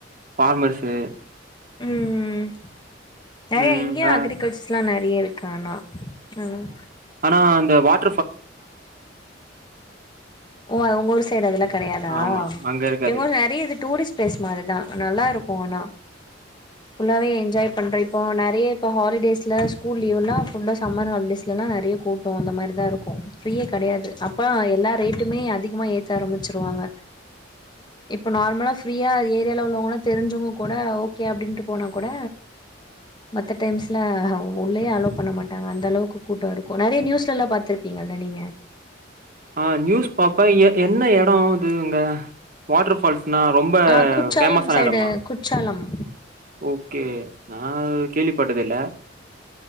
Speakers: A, on the right; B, on the left.
A: ஃபார்மர்ஸு
B: ம் ம் <unintelligible>
A: ம்
B: இங்க யு
A: அ
B: அக்ரிகல்ச்சர்ஸ்லா நெறையாருக் <unintelligible> சொல்லுங்
A: ஆனா அந்த வாட்
B: ஒ உங்கூரு சைடு அதெல்லா கெடையாதா
A: ஆமா அங்க இருக்காது
B: எங்க ஊர் நெறைய இது டூரிஸ்ட் ப்ளேஸ் மாரிதா நல்லாருக்கு ஆனா ஃபுல்லாவே என்ஜாய் பண்ற இப்போ நெறைய இப்போ ஹாலிடேஸ்ல ஸ்கூல் லீவ்னா ஃபுல்லா சம்மர் ஹாலிடேஸ்லனா நெறைய கூட்டோ அந்த மாதிரிதா இருக்கு ஃப்ரீயே கெடையாது அப்ப எல்லா ரேட்டுமே அதிகமா ஏத்து ஆரமிச்சிருவாங்க இப்ப நார்மலா ஃப்ரீயா ஏரியால உள்ளவங்கெல்லா தெரி்சவங்க கூட ஓகே அப்டின்ட்டு போனா கூட மத்த டைம்ஸ்ல உள்ளயே அலோ பண்ண மாட்டாங்க அந்த அளவுக்கு கூட்ட இருக்கு நெறைய நியூஸ்லலா பாத்துருப்பீங்கல்ல நீங்க
A: ஆ நியூஸ் பாப்ப எ என்ன எ ட அது உங்க வாட்ரு ஃபால்ஸ் நா ரொம்ப
B: ஆ குற்றாலம்
A: ஃபேமஸான
B: சைடு
A: எடமா
B: குற்றாலம்
A: ஓகே நா கேள்விப்பட்டதே இல்ல